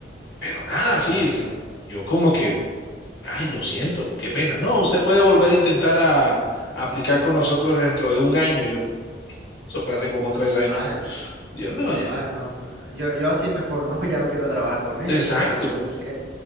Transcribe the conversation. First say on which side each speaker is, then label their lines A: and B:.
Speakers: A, on the left; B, on the right.
A: pero nada,
B: Exacto.
A: sí, sí, yo como que, ay, lo siento, qué pena. No, usted puede volver a intentar a a aplicar con nosotros dentro de un año, yo. Eso fue hace como tres años.
B: Ah, no.
A: Yo no, ya.
B: Ah, no. m- Yo, yo así mejor no, <laughs> ya no quiero trabajar con ellos,
A: Exacto,
B: porque pues es que,